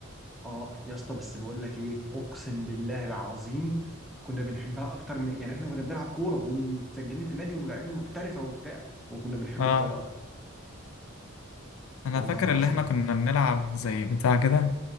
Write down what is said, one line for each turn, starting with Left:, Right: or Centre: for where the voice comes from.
Centre: اه يا اسطى بس بقول لك ايه اقسم بالله العظيم كنا بنحبها اكتر من يعني احنا كنا بنلعب كوره ومتسجلين في نادي وملاعبين محترفه وبتاع وكنا بنحب
Left: اه
Centre: الطايره اكتر
Left: انا
Centre: والله
Left: فاكر
Centre: العظيم
Left: اللي احنا كنا بنلعب زي بتاع كده